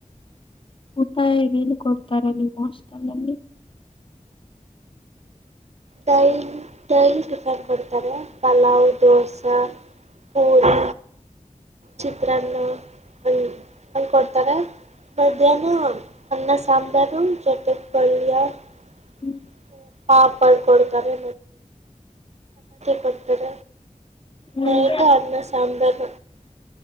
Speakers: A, on the left; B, on the right.
A: ಊಟ ಏನೇನು ಕೊಡ್ತಾರ ನಿಮ್ಮ ಹಾಸ್ಟೆಲ್ಲ್ಲಿ
B: ಡೈಲ್ ಡೈಲ್ ಟಿಫನ್ ಕೊಡ್ತಾರೆ ಪಲಾವ್ ದೋಸಾ ಪೂರಿ ಚಿತ್ರಾನ್ನ ಹಂಗ್ ಹಂಗ್ ಕೊಡ್ತಾರೆ ಮಧ್ಯಾಹ್ನ ಅನ್ನ ಸಾಂಬಾರ್ <inaudible>
A: ಹ್ಞೂ
B: ಪಾಪ್ ಮಾಡ್ಕೊಡ್ತಾರೆ ಕೊಡ್ತರ
A: ಹ್ಮ್
B: ನೈಟ್ ಅನ್ನ ಸಾಂಬಾರ್